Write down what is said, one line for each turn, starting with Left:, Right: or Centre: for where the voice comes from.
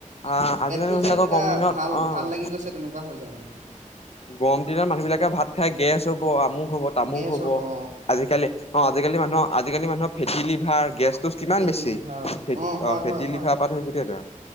Left: আহ আজিকালি
Right: পেটটো
Left: মানুহবিলাকৰ
Right: যেন কিবা
Left: কমিনত
Right: ভাল,
Left: অ
Right: ভাল লাগি গৈছে তেনেকুৱা হৈ যায় মানে।
Left: গৰম দিনত মানুহ বিলাকে ভাত খাই গেছ হ'ব অমুক হ'ব, তামুক
Right: গেছ
Left: হ'ব
Right: অ
Left: আজিকালি অ', আজিকালি মানুহৰ, আজিকালি মানুহ ফেটি লিভাৰ, গেছ ট'চ কিমান
Right: ফেটি
Left: বেছি
Right: লিভাৰ অ
Left: ফে,
Right: হয়
Left: অ', ফেটি
Right: হয়
Left: লিভাৰৰ
Right: হয়
Left: পৰা ধৰি গোটেই বোৰ আৰু